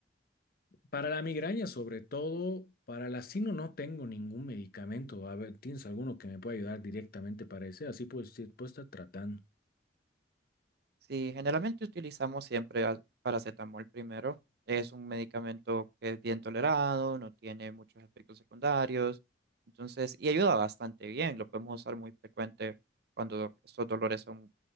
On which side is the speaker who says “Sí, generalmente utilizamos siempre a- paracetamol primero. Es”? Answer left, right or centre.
Right